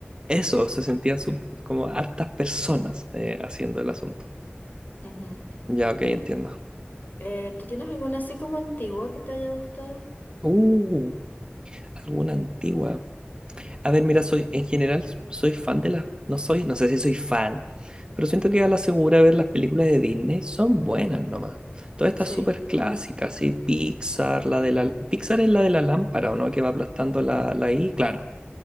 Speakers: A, on the right; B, on the left.
A: Eso, se sentían su- como hartas personas eh, haciendo el asunto.
B: Ujú.
A: Ya, ok, entiendo.
B: Eh, ¿tú tienes alguna así como antigua que te haya gustado?
A: Uh, alguna antigua. A ver, mira, soy, en general, soy fan de las, no soy, no sé si soy fan, pero siento que a la segura ver las películas de Disney son buenas nomás. Todas estas
B: Sí.
A: súper clásicas, sí, Pixar, la de la, Pixar es la de la lámpara, ¿o no? Que va aplastando la, la I, claro.